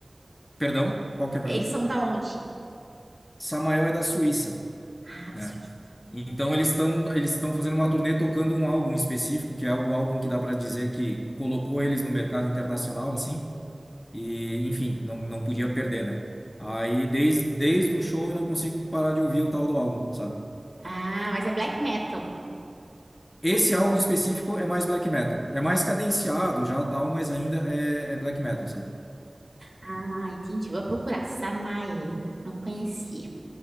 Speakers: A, on the left; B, on the right.
A: perdão, qual que é a
B: Eles
A: pergunta?
B: são da onde?
A: Samael é da Suíça,
B: Ah,
A: né?
B: da Suíça.
A: Então eles estão eles estão fazendo uma turnê tocando um álbum específico, que é o álbum que dá para dizer que colocou eles no mercado internacional, assim. E, enfim, não, não podia perder, né? Aí, desde, desde o show, eu não consigo parar de ouvir o tal do álbum, sabe?
B: Ah, mas é black metal.
A: Esse álbum específico é mais black metal. É mais cadenciado já, tal, mas ainda é, é black metal, sabe?
B: Ah, entendi. Vou procurar. Samael. Não conhecia.